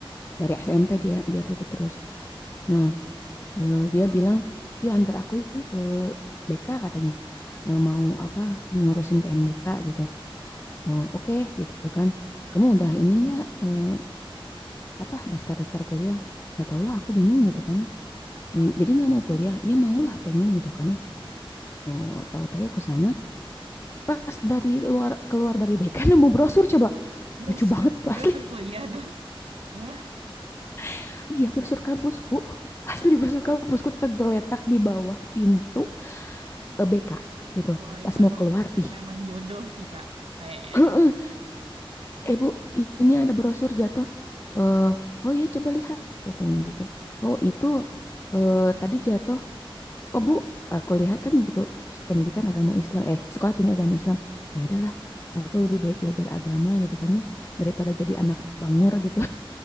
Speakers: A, on the left (about 25°); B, on the right (about 85°).
A: dari SMP dia juara satu terus nah eh, dia bilang yuk antar aku yuk ke BK katanya Eh, mau apa ngurusin PMDK gitu oh oke gitu kan kamu udah ini nggak eh, apa daftar-daftar kuliah nggak tahu lah aku bingung gitu kan ya Eh, jadi nggak mau kuliah ya mau lah pengen gitu kan ya oh tahu-tahu ke sana pas dari luar keluar dari BK <laughs> nemu brosur coba
B: Brosur,
A: lucu banget itu
B: brosur
A: asli
B: kuliah tuh. <laughs> Wah,
A: <laughs> iya brosur kampusku asli
B: hmm.
A: brosur kampusku tergeletak di bawah pintu eh, BK gitu
B: Wah itu
A: pas mau
B: emang
A: keluar ih
B: memang jodoh sih kak, kayaknya
A: <laughs>
B: tuh.
A: eh bu i- ini ada brosur jatuh eh oh iya coba lihat katanya gitu oh itu eh tadi jatuh oh bu aku lihat kan gitu pendidikan agama Islam eh sekolah tinggi agama Islam oh, ya udahlah aku lebih baik belajar agama gitu kan ya daripada jadi anak bangor gitu